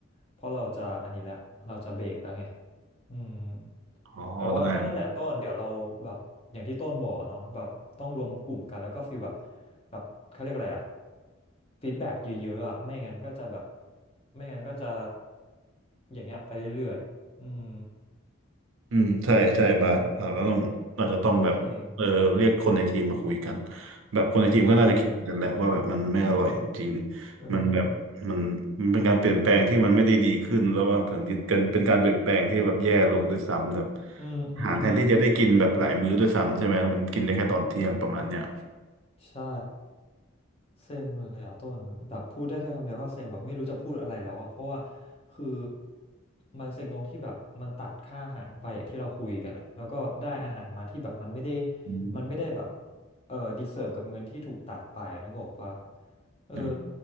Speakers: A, on the left; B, on the right.
A: เพราะเราจะอันนี้แหละเราจะเบรกแล้วไงอืม
B: อ๋อได้
A: แต่ว่าก็นั่นแหละต้นเดี๋ยวเราแบบอย่างที่ต้นบอกอะเนาะแบบต้องรวมกลุ่มกันแล้วก็ฟีลแบบแบบเขาเรียกอะไรอะฟีดแบ็กเยอะๆอะไม่งั้นก็จะแบบไม่งั้นก็จะอย่างเงี้ยไปเรื่อยๆอืม
B: อืมใช่ใช่บาสเราก็ต้องเราจจะต้องแบบเออเรียกคนในทีมมาคุยกัน
A: เซ็ง
B: แบบคนในทีมก็น่าจะคิดเหมือนกันแหละว่าแบบมันไม่อร่อยจริง
A: เซ็งเอ
B: มันแบบมันมันเป็นการเปลี่ยนแปลงที่มันไม่ได้ดีขึ้นแล้วว่าเผมือนกันเป็นการเปลี่ยนแปลงที่แบบแย่ลงด้วยซ้ำแบบ
A: ออืมอืม
B: อาหารแทนที่จะได้กินแบบหลายมื้อด้วยซ้ำใช่ไหมมันกินได้แค่ตอนเที่ยงประมาณเนี้ย
A: ใช่เซ็งเลยอะต้นแบบพูดได้แค่คำเดียวว่าเซ็งแบบไม่รู้จะพูดอะไรแล้วอะเพราะว่าคือมันเซ็งตรงที่แบบมันตัดค่าอาหารไปอย่างที่เราคุยกันอะแล้วก็ได้อาหารมาที่แบบมันไม่ได้
B: อืม
A: มันไม่ได้แบบเออดีเซิร์ฟกับเงินที่ถูกตัดไปนึกออกปะเออ
B: นะค